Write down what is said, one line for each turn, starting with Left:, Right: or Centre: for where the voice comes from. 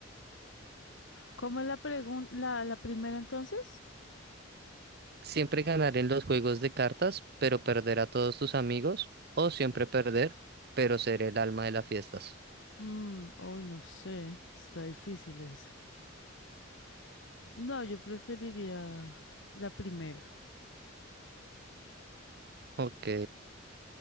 Left: ¿Cómo es la pregun- la, la primera entonces?
Right: Siempre ganar en los juegos de cartas, pero perder a todos tus amigos, o siempre perder, pero ser el alma de las fiestas.
Left: Mm, hoy no sé. Está difícil eso. No, yo preferiría la primera.
Right: Ok,